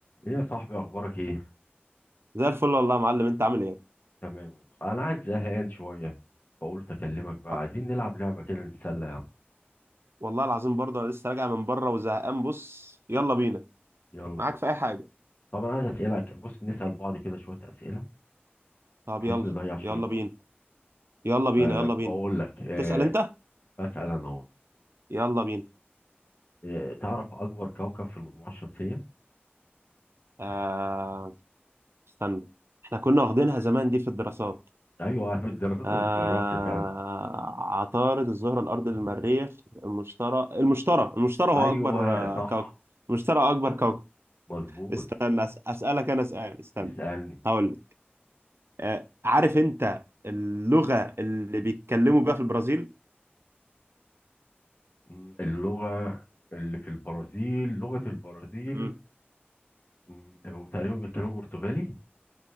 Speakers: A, on the left; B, on the right.
A: ايه يا صاحبي اخبارك ايه
B: زي الفل والله يا معلم انت عامل ايه
A: تمام والله انا عايز زهقان شويه فقلت اكلمك بقى
B: أه.
A: عايزين نلعب لعبه كده نتسلى يا عم
B: والله العظيم برضه انا لسه راجع من بره وزهقان بص يلا بينا
A: يلا
B: معاك
A: بينا
B: في اي حاجه
A: طب انا عايز اسالك بص نسال بعض كده شويه اسئله
B: طب
A: بحيث
B: يلا
A: نضيع شويه
B: يلا
A: وقت
B: بينا يلا بينا
A: أه
B: يلا بينا
A: بقول لك أه
B: تسأل انت
A: اسال انا اهو
B: يلا بينا
A: أه تعرف اكبر كوكب في المجموعه الشمسيه
B: آه... استنى احنا كنا واخدينها زمان دي في الدراسات
A: ايوه في الدراسات
B: آه...
A: والجغرافيا فعلا
B: عطارد الزهره الارض المريخ المشتري المشتري المشتري هو
A: ايوه
B: اكبر آه،
A: صح
B: كوكب المشتري اكبر كوكب
A: مظبوط
B: <laughs> استنى أس- اسالك انا سؤال استنى
A: اسالني
B: هقول لك. آه، عارف انت اللغة اللي بيتكلموا بيها في البرازيل
A: مم، اللغه اللي في البرازيل لغه البرازيل
B: مم.
A: مم، تقريبا بيتكلموا برتغالي